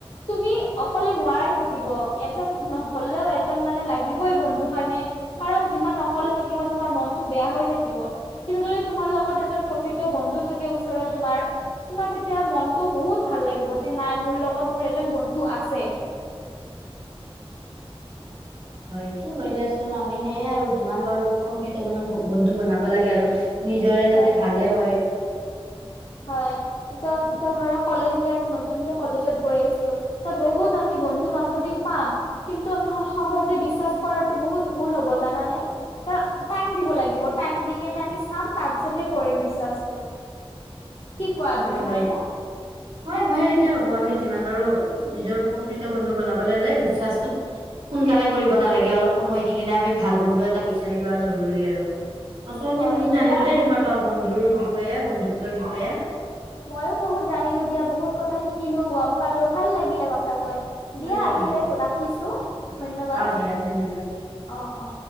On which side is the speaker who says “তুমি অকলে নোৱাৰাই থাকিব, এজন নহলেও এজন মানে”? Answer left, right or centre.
Left